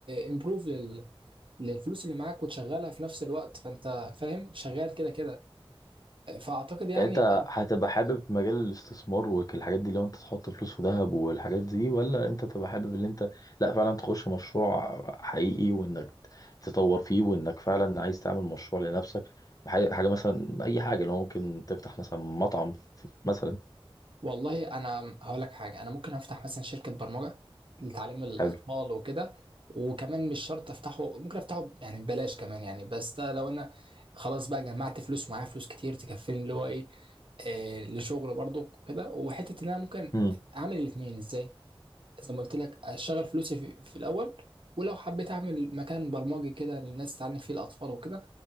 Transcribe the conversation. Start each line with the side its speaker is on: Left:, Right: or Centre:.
Right: امبروف لل... للفلوس اللي معاك وتشغلها في نفس الوقت فانت فاهم شغال كده كده فاعتقد يعني
Left: يعني انت هتبقى حابب مجال الاستثمار والحاجات دي لو انت تحط فلوس في ذهب والحاجات دي ولا انت تبقى حابب ان انت لا فعلا تخش مشروع حقيقي وانك تطور فيه وانك فعلا عايز تعمل مشروع لنفسك بحاجة- حاجة مثلا اي حاجة لو ممكن تفتح مثلا مطعم ف- مثلا
Right: والله انا هقول لك حاجه انا ممكن افتح مثلا شركه برمجه لتعليم الاطفال
Left: حلو
Right: وكده وكمان مش شرط افتحه ممكن افتحه يعني ببلاش كمان يعني بس ده لو انا خلاص بقى جمعت فلوس معايا فلوس كتير تكفيني اللي هو ايه آه لشغل برضو كده وحته ان انا ممكن
Left: امم
Right: اعمل الاثنين ازاي زي ما قلت لك اشغل فلوسي في, في الاول ولو حبيت اعمل مكان برمجي كده للناس تعلم فيه الاطفال وكده